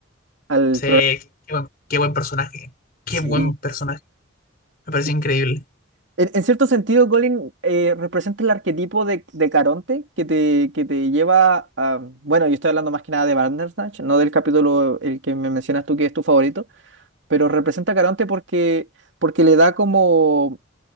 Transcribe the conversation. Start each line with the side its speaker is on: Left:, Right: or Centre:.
Right: al
Left: Sí,
Right: programa.
Left: qué buen, qué buen personaje, qué
Right: Sí,
Left: buen personaje, me
Right: sí.
Left: parece increíble.
Right: En, en cierto sentido, Colin eh, representa el arquetipo de, de Caronte que te, que te lleva a... Bueno, yo estoy hablando más que nada de Bandersnatch, no del capítulo el que me mencionas tú que es tu favorito, pero representa a Caronte porque, porque le da como